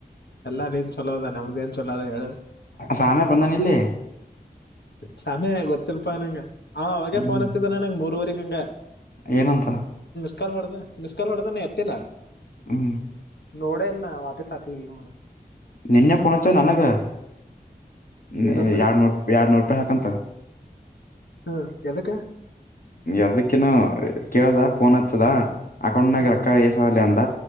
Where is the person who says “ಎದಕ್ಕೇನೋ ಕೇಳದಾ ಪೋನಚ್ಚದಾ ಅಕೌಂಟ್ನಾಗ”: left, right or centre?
Left